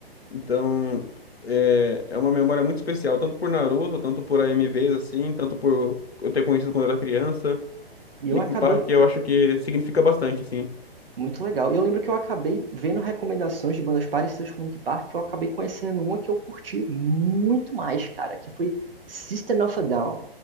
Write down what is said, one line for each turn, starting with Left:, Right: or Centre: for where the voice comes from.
Left: Então, é, é uma memória muito especial, tanto por Naruto, tanto por AMVs, assim, tanto por eu ter conhecido quando era criança.
Right: E eu
Left: Linkin
Right: acabei
Left: Park eu acho que significa bastante, assim.
Right: Muito legal. E eu lembro que eu acabei vendo recomendações de bandas parecidas com Linkin Park, eu acabei conhecendo uma que eu curti muito mais, cara, que foi System of a Down.